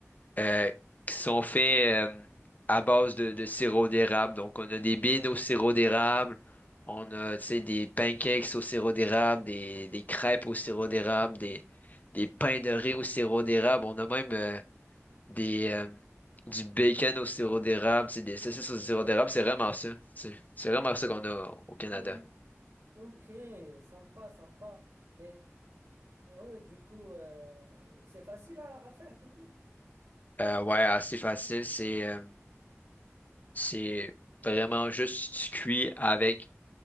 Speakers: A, on the left; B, on the right.
A: euh, qui sont faits euh, à base de, de sirop d'érable. Donc, on a des beans au sirop d'érable, on a, tu sais, des pancakes au sirop d'érable, des, des crêpes au sirop d'érable, des, des pains de riz au sirop d'érable. On a même euh, des, euh, du bacon au sirop d'érable, tu sais, des saucisses au sirop d'érable. C'est vraiment ça. c'est C'est vraiment ça qu'on a au Canada.
B: Hmm. Ok, sympa, sympa. Mais ouais, ouais, du coup, euh, c'est facile à, à faire, du coup.
A: Euh, ouais, assez facile. C'est euh, c'est vraiment juste cuit avec